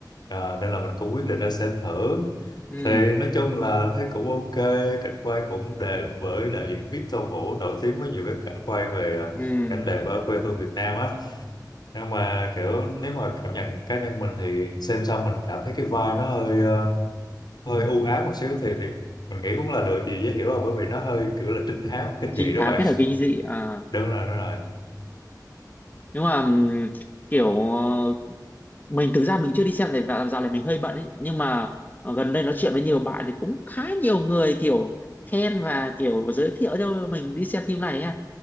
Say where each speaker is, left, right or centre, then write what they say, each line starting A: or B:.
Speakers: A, on the left (about 70°); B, on the left (about 25°).
A: à, nên là mình cũng quyết định ra xem thử.
B: ừ
A: Thì nói chung là thấy cũng ok, cảnh quay cũng đẹp bởi đạo diễn Victor Vũ nổi tiếng với nhiều cái cảnh quay về à,
B: ừ
A: cảnh đẹp ở quê hương Việt Nam á nhưng mà kiểu nếu mà cảm nhận cá nhân mình thì xem xong mình cảm thấy cái vai nó hơi ờ, hơi u ám một xíu thì, thì mình nghĩ cũng là được điều dễ hiểu rồi bởi vì nó hơi kiểu là trinh thám kinh
B: trinh
A: dị đó
B: thám
A: bạn
B: kết hợp kinh dị à
A: đúng rồi đúng rồi
B: nhưng mà ừm, kiểu ờ, mình thực ra mình chưa đi xem này và dạo này mình hơi bận ấy nhưng mà ờ, gần đây nói chuyện với nhiều bạn thì cũng khá nhiều người kiểu khen và kiểu giới thiệu cho mình đi xem phim này á